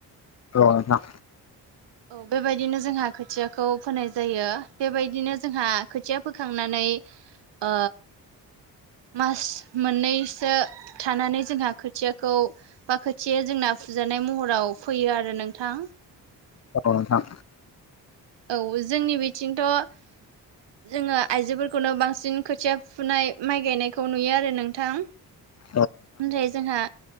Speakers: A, on the left; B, on the right.
A: औ नोंथां
B: औ बेबायदिनो जोंहा खोथियाखौ फोनाय जायो बेबायदिनो जोंहा खोथिया फोखांनानै ओ मास मोननैसो थानानै जोंहा खोथियाखौ बा खोथिया जोंना फुजानाय महराव फैयो आरो नोंथां
A: औ नोंथां
B: औ जोंनि बिथिंथ' जोङो आइजोफोरखौनो बांसिन खोथिया फुनाय माइ गायनायखौ नुयो आरो नोंथां
A: <unintelligible>
B: उम दे जोंहा